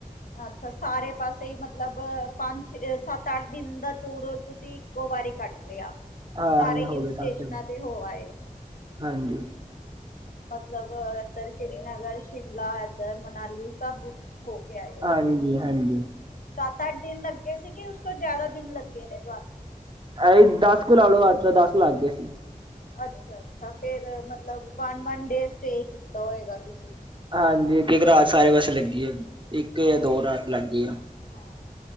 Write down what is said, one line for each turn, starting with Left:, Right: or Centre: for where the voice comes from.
Left: ਅੱਛਾ ਸਾਰੇ ਪਾਸੇ ਮਤਲਬ ਪੰਜ ਸੱਤ ਅੱਠ ਦਿਨ ਦਾ ਟੂਰ ਤੁਸੀਂ ਇੱਕੋ ਵਾਰੀ ਕੱਟ ਲਿਆ
Right: ਹਾਂ
Left: ਸਾਰੇ
Right: ਹੋ
Left: ਹੀਲ
Right: ਗਏ
Left: ਸਟੇਸ਼ਨਾਂ
Right: ਸੱਤ
Left: ਤੇ ਹੋ ਆਏ।
Right: ਹਾਂਜੀ।
Left: ਮਤਲਬ ਇੱਧਰ ਸ਼੍ਰੀਨਗਰ ਸ਼ਿਮਲਾ ਇੱਧਰ ਮਨਾਲੀ ਸਭ ਹੋ ਕੇ ਆਈਓ।
Right: ਹਾਂਜੀ ਹਾਂਜੀ
Left: ਸੱਤ ਅੱਠ ਦਿਨ ਲੱਗੇ ਸੀਗੇ ਉਸ ਤੋਂ ਜ਼ਿਆਦਾ ਦਿਨ ਲੱਗੇ ਨੇ ਤੁਹਾਨੂੰ।
Right: ਅ ਦਸ ਕੁ ਲਾ ਲਓ, ਅੱਠ ਤੋ ਦਸ ਕੁ ਲੱਗ ਗਏ ਸੀ।
Left: ਅੱਛਾ, ਅੱਛਾ ਫੇਰ ਮਤਲਬ ਵਨ, ਵਨ ਡੇ ਸਟੇ ਕੀਤਾ ਹੋਏਗਾ ਤੁਸੀਂ।
Right: ਹਾਂਜੀ ਇਕ ਇਕ ਰਾਤ ਸਾਰੇ ਵੈਸੇ ਲੱਗੀ ਹੈ। ਇੱਕ ਜਾਂ
Left: ਹਾਂ,
Right: ਦੋ ਰਾਤ ਲੱਗ ਗਈ ਆ
Left: ਹਾਂ